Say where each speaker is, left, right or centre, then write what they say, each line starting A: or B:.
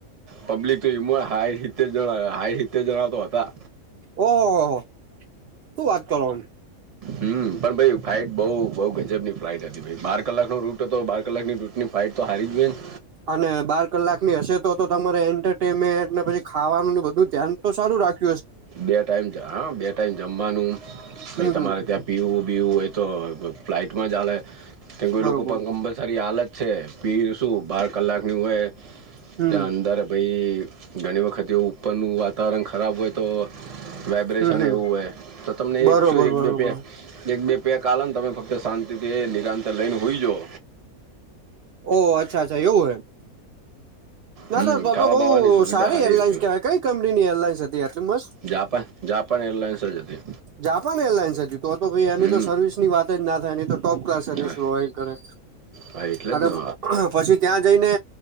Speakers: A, on the right (about 35°); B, on the right (about 80°).
A: પબ્લિક તો હ રીતે જ હાઈ રીતે જણાતો હતા
B: ઓહો ઓહ શું વાત કરો
A: હમ પણ ભાઈ ફ્લાઇટ બઉ બઉ ગજબની ફ્લાઇટ હતી બાર કલાકનો રૂટ હતો બાર કલાકની રૂટની ભાઈ તો હારી જ બેન
B: અને બાર કલાકની હશે તો તો તમારે એન્ટરટેનમેન્ટ ને પછી ખાવાનું બધું ધ્યાન તો સારું રાખે
A: બે ટાઈમ હા બે ટાઈમ જમવાનું ભાઈ
B: હમ
A: તમારે
B: હમ
A: ત્યાં પીવું બીવું હોય તો ફ્લાઈટમાં ચાલે કે કોઈ
B: બરોબર
A: લોકો પણમ બસ સારી હાલત છે પી શું બાર કલાકની હોય
B: હમ
A: ત્યાં અંદર ભાઈ ઘણી વખત જે ઉપરનું વાતાવરણ ખરાબ હોય તો વાઇબ્રેશન
B: હમ હમ
A: એવું હોય તો તમને
B: બરોબર
A: એક શું એક
B: બરોબર
A: બે પ એક બે બે કલને તમે ફક્ત શાંતિથી નિરાંતર લઈને હોઈ જાો
B: ઓહ અચ્છા અચ્છા એવું હ ના
A: હમ
B: સરા
A: ખાવા
B: તો તો
A: બાવાની
B: બહ
A: સુવિધા
B: સારી એરલાઇન્સ
A: હતી
B: કહેવાય કઈ કંપની એરલાઇન્સ હતી આટલી મસ્ત
A: જાપાન જાપાન એરલાઇન્સ જ હતી.
B: જાપાન એરલાઇન્સ હતી તો તો કઈ એની
A: હમ
B: તો સર્વિસની વાત જ ના થાય એની તો ટોપ કલાસ સર્વિસ
A: હા
B: પ્રોવા કરે
A: હા એટલે
B: અને
A: જ ને
B: પછી. ત્યાં જઈને